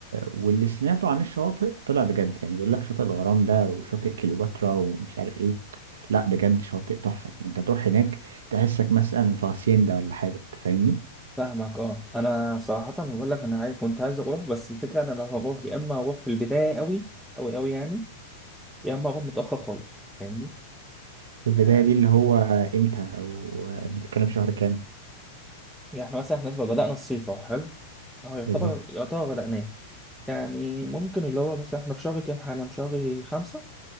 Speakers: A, on the right; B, in the centre.
A: واللي سمعته عن الشواطئ طلع بجد يعني بيقول لك شاطئ الغرام ده وشاطئ كليوباترا ومش عارف ايه لا بجد شاطئ تحفة يعني انت تروح هناك تحسك مثلا في هاسيندا ولا حاجة انت فاهمني
B: فاهمك اه انا صراحه بقول لك انا عاي- كنت عايز اروح بس الفكره انا لو هروح يا اما اروح في البدايه قوي قوي قوي يعني يا اما اروح متاخر خالص فاهمني
A: في البداية
B: آه،
A: دي اللي هو امتى او بتتكلم شهر كام
B: يعني احنا مثلا احنا نسبة بدانا الصيف اهو حلو اهو يعتبر
A: بالظبط
B: يعتبر بداناه يعني ممكن اللي هو مثلا احنا في شهر كام حالا في شهر خمسة